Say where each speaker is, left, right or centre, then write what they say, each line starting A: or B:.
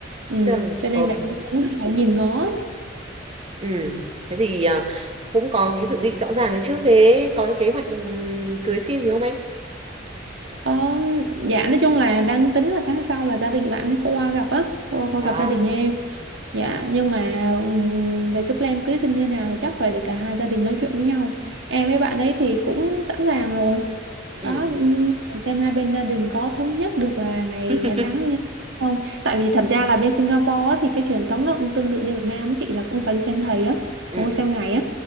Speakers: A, on the right; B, on the right.
A: Ừ,
B: tức là
A: cho nên
B: ok,
A: là cũng phải nhìn ngó
B: ừ. Thế thì ờ, cũng có cái dự định rõ ràng đấy chứ. Thế có cái kế hoạch ừ, cưới xin gì không em?
A: Ờ, dạ nói chung là đang tính là tháng sau là gia đình bạn mới qua gặp á, qua, qua
B: à
A: gặp gia đình em. Dạ nhưng mà ừm, về cái plan cưới xin như nào thì chắc phải để cả hai gia đình nói chuyện với nhau. Em với bạn ấy thì cũng sẵn sàng rồi.
B: ừ
A: Đó ừm, để xem hai bên gia đình có thống nhất được là ngày
B: <laughs>
A: ngày tháng như không. Tại vì thật ra là bên Singapore á, thì cái truyền thống nó cũng tương tự như Việt Nam á chị là cũng phải đi xem thầy á,
B: ừ
A: cũng phải xem ngày á.